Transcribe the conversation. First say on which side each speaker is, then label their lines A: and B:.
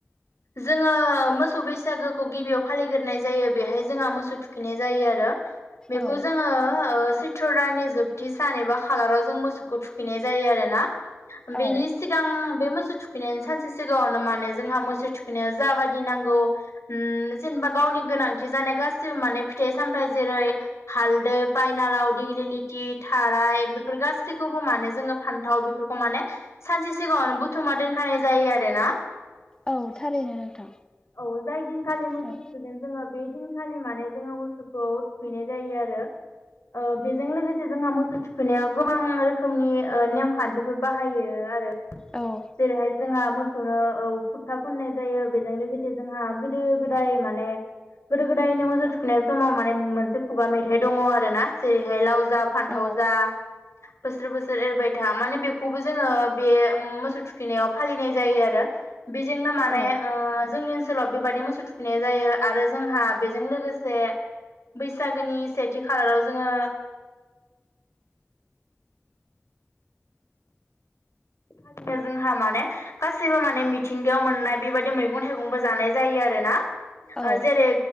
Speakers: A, on the left; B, on the left.
A: जोङो मोसौ बैसागोखौ गिबियाव फालिग्रोनाय जायो बेहाय जोंहा मोसौ थुखैनाय जायो आरो। बेखौ
B: औ
A: जोङो ओ सैत्र दाननि जोबथि सान एबा खालाराव जों मोसौ खौ थुखैनाय जायो आरोना।
B: औ
A: बेनि सिगां बे मो सौ थुखैनायनि सानसे सिगाङावनो माने जोंहा मोसौ थुखैनायाव जाबादि नांगौ उम जेनेबा गावनि गोनांथि जानाय गासिबो माने फिथाइ-सामथाइ जेरै हालदै पायनालाव दिग्लिलिथि थाराय बेफोर गासैखौबो माने जोङो फानथाव बेफोरखौ माने सानसे सिगाङावनो बुथुमना दोनखानाय जायो आरो ना।
B: औ थारैनो नोंथां
A: औ जाय दिन खालि मोसौ
B: औ
A: थुखैगोन जोङो बे दिनखालि माने जोङो मोसौखौ थुखैनाय जायो आरो ।ओ बेजों लोगोसे जोंहा मोसौ थुखैनायाव गोबां रोखोमनि ओ नेमखान्थिफोर बाहायो आरो
B: औ
A: जेरैहाय जोंहा मोसौनो औ फोथा फुननाय जायो बेजों लोगोसे जोंहा गोदो-गोदाय माने गोदो-गोदायनो मोसौ थुखैनायाव समाव माने मोनसे खुगा मेथाइ दङ आरोना जेरैहाय लाव जा फान्थाव
B: औ
A: जा बोसोर बोसोर एरबाय था माने बेखौबो जोङो बे मोसौ थु खैनायाव फालिनाय जायो आरो बेजोंनो माने
B: औ
A: ओ जोंनि ओनसोलाव बेबायदि मोसौ थुखैनाय जायो आरो जोंहा बेजों लोगोसे बै सागोनि सेथि खालाराव जोङो फालिनो जोंहा माने गासैबो माने मि थिंगायाव मोननाय बेबायदि मैगं थाइगंबो जानाय जायो आरोना
B: औ
A: ओ जेरै